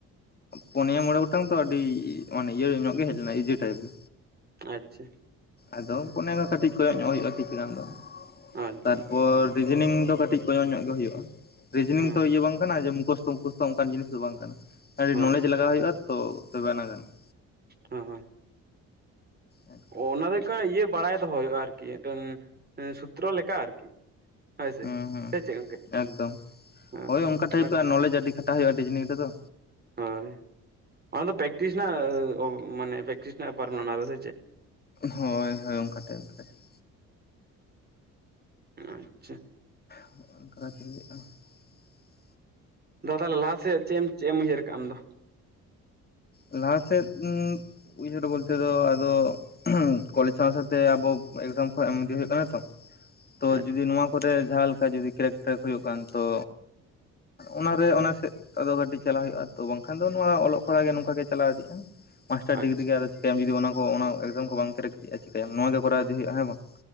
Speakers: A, on the left; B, on the right.
A: ᱯᱩᱱᱮᱭᱟ ᱢᱚᱬᱮ ᱜᱚᱴᱟᱝ ᱛᱚ ᱟᱹᱰᱤ <unintelligible> ᱤᱭᱟᱹ ᱧᱚᱜ ᱜᱮ ᱦᱮᱡ ᱞᱮᱱᱟ ᱤᱡᱤ ᱴᱟᱭᱤᱯ ᱜᱮ
B: ᱟᱪᱪᱷᱟ
A: ᱟᱫᱚ ᱯᱚᱱᱮ ᱠᱚ ᱠᱟᱹᱴᱤᱡ ᱠᱚᱭᱚᱜ ᱧᱚᱜ ᱦᱩᱭᱩᱜᱼᱟ ᱠᱤᱪᱷᱩ ᱜᱟᱱ ᱫᱚ
B: ᱟᱪᱪᱷᱟ
A: ᱛᱟᱨᱯᱚᱨ ᱨᱤᱡᱤᱱᱤᱝ ᱫᱚ ᱠᱟᱹᱴᱤᱡ ᱠᱚᱭᱚᱜ ᱧᱚᱜ ᱜᱮ ᱦᱩᱭᱩᱜᱼᱟ ᱨᱤᱡᱤᱱᱤᱝ
B: ᱦᱮᱸ
A: ᱛᱚ ᱤᱭᱟᱹ ᱵᱟᱝ ᱠᱟᱱᱟ ᱡᱮ ᱢᱩᱠᱚᱥᱛᱚ ᱢᱩᱠᱚᱥᱛᱚ ᱚᱱᱠᱟᱱ ᱡᱤᱱᱤᱥ ᱫᱚ ᱵᱟᱝ ᱠᱟᱱᱟ ᱟᱹᱰᱤ
B: ᱦᱳᱭ
A: ᱱᱚᱞᱮᱡᱽ ᱞᱟᱜᱟᱣ ᱦᱩᱭᱩᱜᱼᱟ ᱛᱚ ᱛᱚᱵᱮ ᱟᱱᱟᱜ ᱜᱟᱱᱚᱜᱼᱟ
B: ᱦᱳᱸ ᱦᱳᱭ
A: ᱮᱠᱫᱚᱢ
B: ᱚ ᱚᱱᱟ ᱫᱚ ᱦᱩᱭᱩᱜ ᱠᱟᱱᱟ ᱤᱭᱟᱹ ᱵᱟᱲᱟᱭ ᱫᱚᱦᱚᱭ ᱦᱩᱭᱩᱜᱼᱟ ᱟᱨᱠᱤ ᱢᱤᱫᱴᱮᱱ ᱥᱩᱛᱨᱚ ᱞᱮᱠᱟ ᱟᱨᱠᱤ ᱦᱳᱭ ᱥᱮ
A: ᱦᱚᱸ ᱦᱚᱸ
B: ᱥᱮ ᱪᱮᱫ ᱜᱚᱝᱠᱮ
A: ᱮᱠᱫᱚᱢ
B: ᱦᱳᱭ
A: ᱳᱭ ᱚᱱᱠᱟ ᱴᱟᱭᱤᱯ
B: ᱚᱱᱟ
A: ᱱᱚᱞᱮᱮᱡ ᱟᱹᱰᱤ ᱠᱷᱟᱴᱟ ᱦᱩᱭᱩᱜᱼᱟᱰᱤᱡᱱᱤᱝ ᱨᱮᱫᱚ
B: ᱦᱳᱭ ᱚᱱᱟ ᱫᱚ ᱯᱨᱮᱠᱴᱤᱥ ᱨᱮᱱᱟᱜ ᱢᱟᱱᱮ ᱯᱨᱮᱠᱴᱤᱥ ᱨᱮᱱᱟᱜ <unintelligible> ᱥᱮ ᱪᱮᱫ
A: ᱦᱳᱭ ᱦᱳᱭ ᱚᱱᱠᱟ ᱴᱟᱭᱤᱯ ᱠᱟᱹᱴᱤᱡ
B: ᱟᱪᱪᱷᱟ
A: <unintelligible> ᱦᱩᱭᱩᱜᱼ <unintelligible>
B: ᱫᱟᱫᱟ ᱞᱟᱦᱟ ᱥᱮᱫ ᱪᱮᱫ ᱮᱢ ᱪᱮᱫ ᱮᱢ ᱩᱭᱦᱟᱹᱨ ᱠᱟᱜ ᱟᱢ ᱫᱚ
A: ᱞᱟᱦᱟ ᱥᱮᱫ <unintelligible> ᱩᱭᱦᱟᱹᱨ ᱵᱚᱞᱛᱮ ᱫᱚ ᱟᱫᱚ ᱠᱚᱞᱮᱡᱽ ᱥᱟᱶ ᱥᱟᱶᱛᱮ ᱟᱵᱚ ᱮᱠᱡᱟᱢ ᱠᱷ ᱮᱢ ᱤᱫᱤ ᱦᱩᱭᱩᱜ ᱠᱟᱱᱟ ᱛᱚ ᱛᱳ
B: ᱟᱪᱪᱷᱟ
A: ᱡᱚᱫᱤ ᱱᱚᱣᱟ ᱠᱚᱨᱮᱜ ᱡᱟᱸᱦᱟ ᱞᱮᱠᱟ ᱡᱚᱫᱤ ᱠᱮᱨᱮᱠᱴᱨᱮᱠ ᱦᱩᱭᱩᱜ ᱠᱟᱱ ᱛᱚ ᱚᱱᱟᱨᱮ ᱚᱱᱟ ᱥᱮᱫ ᱟᱫᱚ ᱠᱟᱹᱴᱤᱡ ᱪᱟᱞᱟᱜ ᱦᱩᱭᱩᱜᱼᱟ ᱛᱚ ᱵᱟᱝᱠᱷᱟᱱ ᱫᱚ ᱱᱚᱣᱟ ᱚᱞᱚᱜ ᱯᱟᱲᱦᱟᱜ ᱜᱮ ᱮ ᱪᱟᱞᱟᱣ ᱤᱫᱤᱜ-ᱟ ᱢᱟᱥᱴᱟᱨ
B: ᱟᱪᱪᱷᱟ
A: ᱰᱤᱜᱽᱨᱤ ᱜᱮ ᱟᱫᱚ ᱪᱤᱠᱟᱹᱭᱟᱢ ᱡᱩᱫᱤ ᱚᱱᱟ ᱚᱱᱟ ᱮᱠᱡᱟᱢ ᱠᱚ ᱵᱟᱝ ᱯᱷᱮᱨᱮᱠᱼᱟ ᱪᱤᱠᱟᱹᱭᱟᱢ ᱱᱚᱣᱟᱣᱟᱜᱮ ᱠᱚᱨᱟᱣ ᱤᱫᱤ ᱦᱩᱭᱩᱜᱼᱟ ᱦᱮᱸ ᱵᱟᱝ